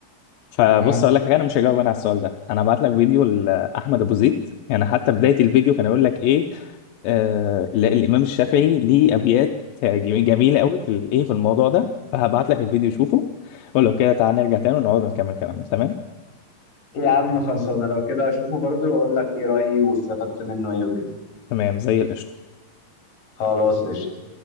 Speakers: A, on the left; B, on the left.
A: فبص
B: اه
A: اقول لك حاجة انا مش هجاوب انا على السؤال ده انا هبعت لك فيديو لاحمد ابو زيد يعني حتى بداية الفيديو كان يقول لك ايه آه لا، الامام الشافعي ليه ابيات جميل- جميلة قوي في الايه في الموضوع ده فهبعت لك الفيديو شوفه ولو كده تعالى نرجع تاني ونقعد نكمل كلامنا تمام
B: يا عم خلصانه لو كده اشوفه برضو واقول لك ايه رايي واستفدت منه ايه وكده
A: تمام زي القشطة
B: خلاص قشطه